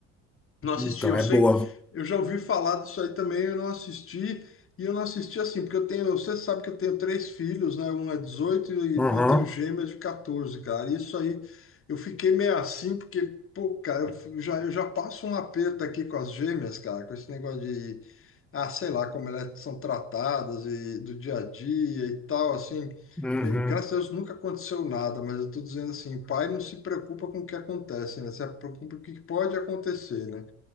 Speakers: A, on the left; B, in the centre.
A: Não assisti,
B: Então,
A: eu
B: é
A: sei,
B: boa.
A: eu já ouvi falar disso aí também, eu não assisti, e eu não assisti assim, porque eu tenho, você sabe que eu tenho três filhos, né? Um é 18 e
B: Uhum.
A: depois eu tenho gêmeas de 14, cara. Isso aí, eu fiquei meio assim, porque, pô, cara, eu fi- eu já, eu já passo um aperto aqui com as gêmeas, cara, com esse negócio de, ah, sei lá, como elas são tratadas e do dia a dia e tal, assim.
B: Uhum.
A: Eh, Graças a Deus nunca aconteceu nada, mas eu tô dizendo assim, pai não se preocupa com o que acontece, né? Se preocupa com o que pode acontecer, né?